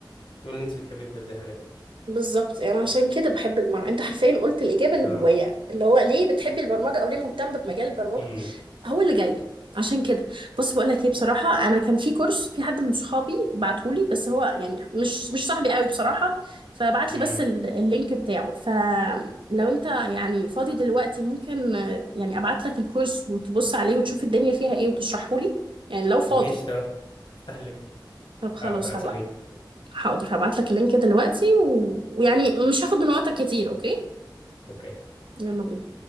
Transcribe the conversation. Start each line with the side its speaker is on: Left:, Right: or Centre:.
Left: تقول ان انت بتحبي تبلدي حاجات
Right: بالظبط يعني عشان كده بحب البرمجه انت حرفيا قلت الاجابه اللي
Left: اه
Right: جوايا اللي هو ليه بتحبي البرمجه او ليه مهتم بمجال البرمجه
Left: امم
Right: هو اللي جاي عشان كده بص بقول لك ايه بصراحه انا كان في كورس في حد من صحابي بعتهولي بس هو يعني مش مش صاحبي قوي بصراحه فبعت
Left: امم
Right: لي بس ال- اللينك بتاعه فلو انت يعني فاضي دلوقتي ممكن آه، يعني ابعت لك الكورس وتبص عليه وتشوف الدنيا فيها ايه وتشرحه لي يعني لو فاضي
Left: ماشي تمام افتح اللينك
Right: طب خلاص
Left: اه ابعتي
Right: هبعت
Left: اللينك
Right: حاضر هبعت لك اللينك دلوقتي و... ويعني مش هاخد من وقتك كتير اوكي
Left: اوكي
Right: يلا بينا